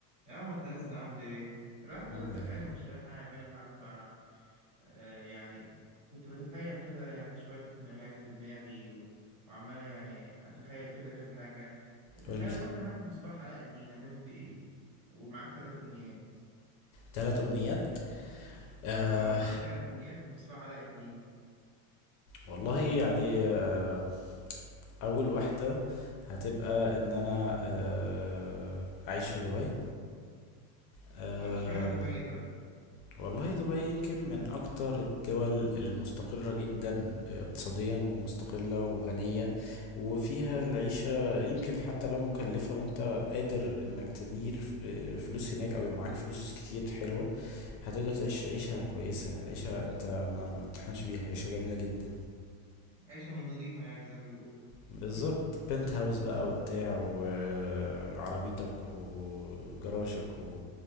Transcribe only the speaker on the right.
يا معتز عامل ايه؟ الواحد كده
زهقان
ومش لاقي حاجة يعملها ف آه، يعني كنت بتخيل كده يعني شوية سيناريوهات في دماغي و... وعمال يعني أتخيل كده كذا حاجة تخيل
لو أنت معاك مصباح علاء الدين هتعمل بيه ايه؟ ومعاك تلات أمنيات
اه معاك تلات أمنيات بمصباح علاء الدين
اه اشمعنى دبي طيب؟
عيشة من نظيفة يعني زي ما بيقول
<laughs>